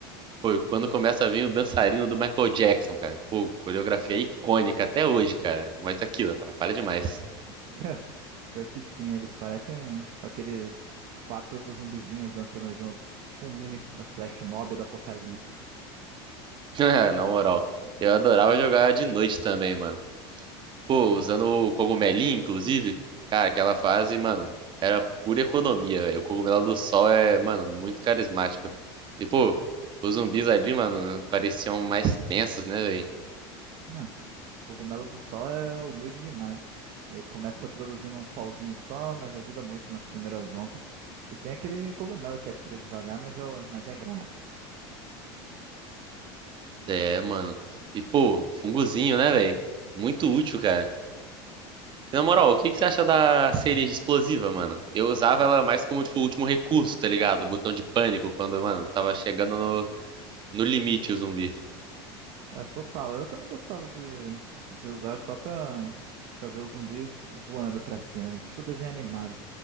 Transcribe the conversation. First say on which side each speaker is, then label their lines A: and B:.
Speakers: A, on the right; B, on the right.
A: Pô, e quando começa a vir o dançarino do Michael Jackson, cara. Pô, coreografia icônica até hoje, cara. Mas aquilo, atrapalha demais.
B: <laughs> Pior que sim, eles parecem aqueles quatro outros zumbizinhos dançando juntos. Tipo um mini f- eh, flash mob do apocalipse.
A: <laughs> Na moral, eu adorava jogar de noite também, mano. Pô, usando o cogumelinho, inclusive. Cara, aquela fase, mano, era pura economia, velho. O cogumelo do sol é, mano, muito carismático. E, pô, os zumbis ali, mano, pareciam mais tensos, né, velho?
B: Não, o cogumelo do sol é humilde demais. Ele começa produzindo um solzinho só, mas ajuda muito nas primeiras ondas. E tem aquele cogumelo que atira devagar, mas é, o- mas é grátis.
A: É, mano. E, pô, fungozinho, né, velho? Muito útil, cara. Na moral, o que que você acha da cereja explosiva, mano? Eu usava ela mais como, tipo, último recurso, tá ligado? Botão de pânico, quando, mano, tava chegando no, no limite o zumbi.
B: É, total. Eu também gostava de, de usar só pra, pra ver os zumbis voando pra cima, né? Tipo desenho animado.